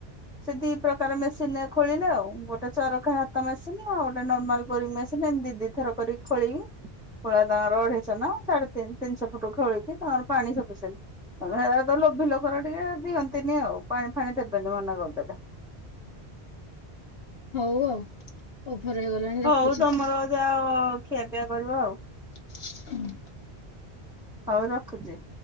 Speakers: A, in the centre; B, on the left.
A: ସେ ଦି ପ୍ରକାର ମେସିନ୍ ରେ ଖୋଳିଲେ ଆଉ ଗୋଟେ ଚରଖା। ହାତ ମେସିନ୍ ଆଉ ଗୋଟେ ନର୍ମାଲ ବୋରିଙ୍ଗି ମେସିନ୍। ଏମିତି ଦି ଦିଥର କରିକି ଖୋଳିନୁ ଖୋଳା ତାଙ୍କର ଅଢେଇଶ ନା ସାଢେ ତିନି ତିନିଶହ। ସେପଟୁ ଖୋଲିକି ତାଙ୍କର ପାଣି ସଫିସିଏଣ୍ଟ। ହେରା ତ ଲୋଭ ଲୋକର ଟିକେ ଦିଅନ୍ତିନି ଆଉ ପାଣି ଫାଣି ଦେବେନି ମନା କରିଦେଲେ।
B: ହଉ ଆଉ। ଓଭର ହେଇଗଲାଣି।
A: ହଉ
B: ରଖୁଛି।
A: ତମର ଯାଅ ଖିଆ ପିଆ କରିବ ଆଉ।
B: ହୁଁ।
A: ହଉ ରଖୁଛି।